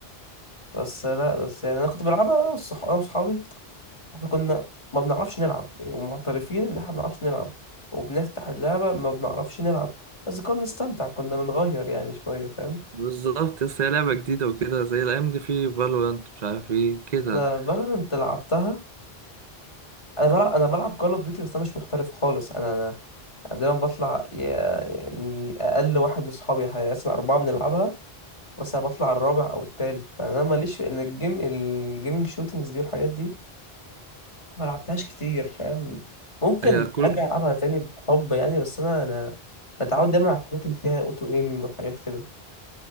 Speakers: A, on the left; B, on the right.
A: بس لا بس يعني أنا كنت بلعبها أنا والصح- أنا وصحابي إحنا كنا ما بنعرفش نلعب يعني ومعترفين إن إحنا ما بنعرفش نلعب وبنفتح اللعبة ما بنعرفش نلعب بس كنا بنستمتع كنا بنغير يعني شوية فاهم
B: بالظبط لسه هي لعبة جديدة وكده زي الأيام دي في فالورانت مش عارف ايه كده
A: انا فالورانت لعبتها انا بلعب انا بلعب كول اوف ديوتي بس انا مش محترف خالص انا انا أنا دايما بطلع يا- يعني اقل واحد من اصحابي احنا اصلا اربعه بنلعبها بس انا بطلع الرابع او التالت فانا ماليش في ان الجيم الجيمنج شوتينجز دي والحاجات دي ما لعبتهاش كتير فاهم ممكن
B: هي كل
A: ارجع العبها تاني بحب يعني بس انا انا بتعود دايما على الحاجات اللي فيها اوتو ايمنج والحاجات كده